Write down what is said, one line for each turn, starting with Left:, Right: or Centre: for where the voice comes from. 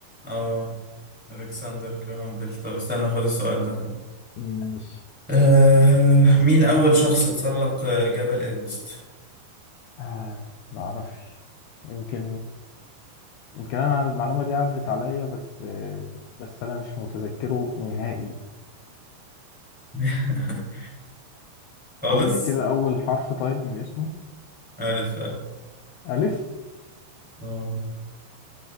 Centre: اه الكسندر جراهام بيل طب استنى خد السؤال ده
Left: ماشي
Centre: آه مين اول شخص تسلق جبل ايفرست
Left: آه ما اعرفش يمكن يمكن انا المعلومة دي عدت عليا بس آه بس انا مش متذكره نهائي
Centre: <laughs> خالص
Left: اقول لي كده اول حرف طيب من اسمه
Centre: ألف ألف.
Left: الف
Centre: اه